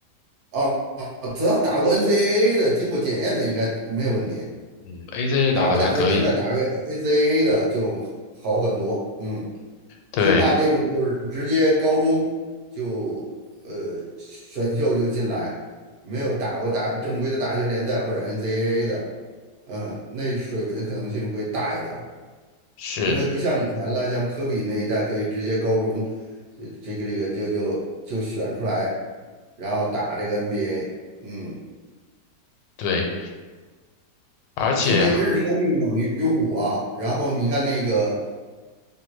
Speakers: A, on the right (about 60°); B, on the left (about 85°).
A: 哦，哦只要打过 NCAA 的，经过检验的应该没有问题。
B: 嗯，ACA 打的还可以。
A: 打过大学联赛，打过 NCAA 的就好很多。嗯，
B: 对，
A: 就怕那种就是直接高中就呃选秀就进来，没有打过大正规的大学联赛或者 NCAA 的，嗯，那水的可能性会大一点儿。
B: 是，
A: 因为不像以前了，像科比那一代可以直接高中，呃这个这个就就就选出来，然后打这个 NBA。嗯，
B: 对，而且还，
A: 今年真是伤病猛于虎啊。然后你看那个